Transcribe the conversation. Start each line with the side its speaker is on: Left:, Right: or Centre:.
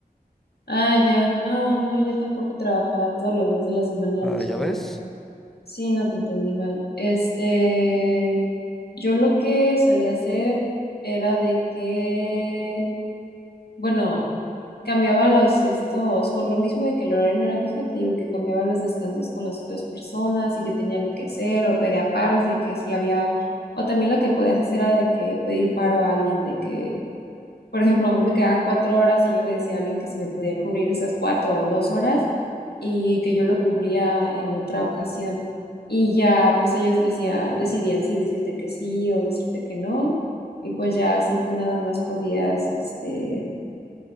Left: Ah, ya, no, no, yo tampoco trabajaba todos los días de la semana a la
Centre: Ah,
Left: misma
Centre: ya ves.
Left: hora. Sí, no te entendí mal. Este, yo lo que solía hacer era de que... Bueno, cambiaba los estos, por lo mismo de que el horario no era fijo, te digo que cambiaba los descansos con las otras personas y yo tenía algo que hacer o pedía paros de que si había, o también lo que podías hacer era de que pedir paro a alguien, de que, por ejemplo, a mí me quedaban cuatro horas y yo le decía a alguien que se me podía cubrir esas cuatro o dos horas y que yo lo cubría en otra ocasión. Y ya, pues ellos decía, decidían si decirte que sí o decirte que no. Y pues ya, si tú nada más podías, este